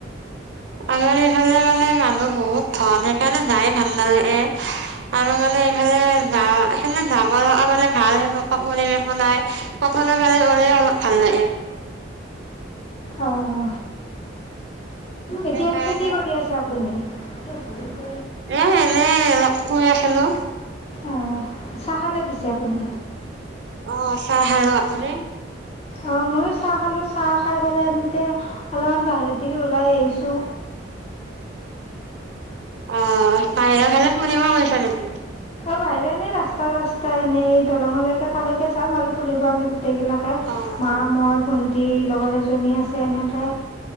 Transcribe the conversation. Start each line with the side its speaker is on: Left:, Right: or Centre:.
Right: আমাৰ এইফালে মানে মানুহ বহুত ধন সেইকাৰণে যায় ভাল নালাগে আৰু মানে এইফালে <unintelligible> লগ মানে ভাল সেনেকুৱা পৰিৱেশো নাই। <unintelligible>
Left: অ' এতিয়া
Right: সেইকাৰণে
Left: পিছে কি কৰি আছে আপুনি? <unintelligible>
Right: এ এনেই অলপ শুই আছিলোঁ।
Left: অ' চাহ খালে পিছে আপুনি?
Right: অ' চাহ খালোঁ, আপুনি?
Left: অ' ময়ো চাহ খালো। চাহ খাই পেলাই এতিয়া অলপমান বাহিৰত দিগ ওলাই আহিছো।
Right: অ' বাহিৰৰ ফালে ফুৰিব গৈছে নেকি?
Left: বাহিৰে এনেই ৰাস্তা ৰাস্তা এনেই, দলঙলৈকে তালৈকে যাম আৰু ফুৰিব আমি গ গোটেইগিলাকে।
Right: অ
Left: মা,
Right: অ
Left: মই, ভণ্টি, লগৰ এজনী আছে এনেকে